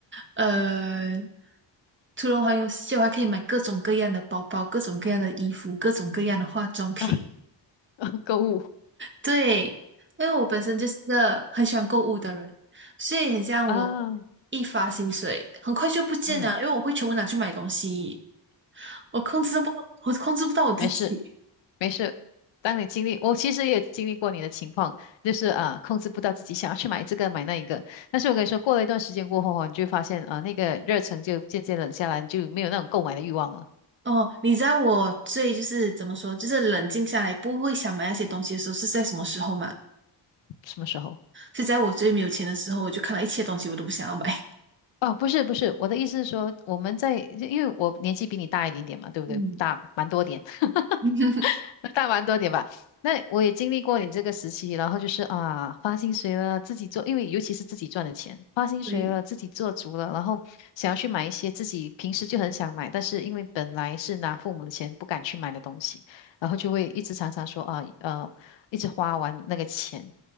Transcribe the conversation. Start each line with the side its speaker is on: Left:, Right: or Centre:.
Right: 呃，除了环游世界，我还可以买各种各样的包包、各种各样的衣服、各种各样的化妆品。
Left: <laughs> 啊，购物
Right: 对，因为我本身就是个很喜欢购物的人，所以很像我
Left: 啊，
Right: 一发薪水很快就不见了，
Left: 嗯，
Right: 因为我会全部拿去买东西，我控制不到我控制不到我自己。
Left: 没事没事。当你经历，我其实也经历过你的情况，就是啊，控制不到自己想要去买这个买那一个。但是我跟你说，过了一段时间过后哦，你就会发现啊，那个热忱就渐渐冷下来，你就没有那种购买的欲望了。
Right: 哦，你知道我最就是怎么说，就是冷静下来不会想买那些东西的时候是在什么时候吗？
Left: 什么时候？
Right: 是在我最没有钱的时候，我就看到一切东西我都不想要买。
Left: 哦，不是不是，我的意思是说，我们在，因为我年纪比你大一点点嘛，对不对？
Right: 嗯，
Left: 大蛮多点，<laughs>
Right: <laughs>
Left: 大蛮多点吧。那我也经历过你这个时期，然后就是啊，发薪水了，自己做，因为尤其是自己赚的钱，发薪水了，
Right: 对。
Left: 自己做足了，然后想要去买一些自己平时就很想买，但是因为本来是拿父母的钱不敢去买的东西，然后就会一直常常说啊，呃，一直花完那个钱。